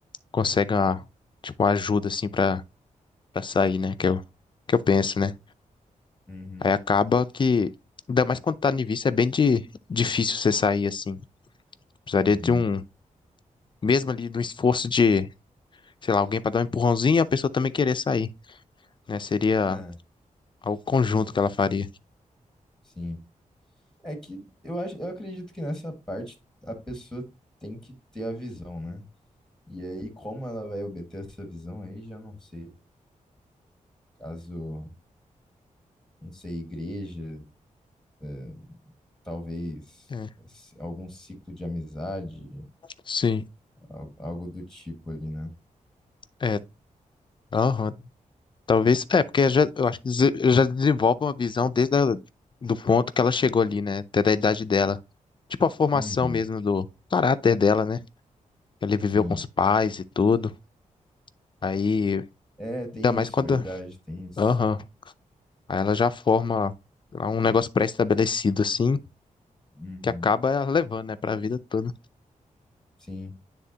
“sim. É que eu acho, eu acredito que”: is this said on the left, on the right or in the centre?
Centre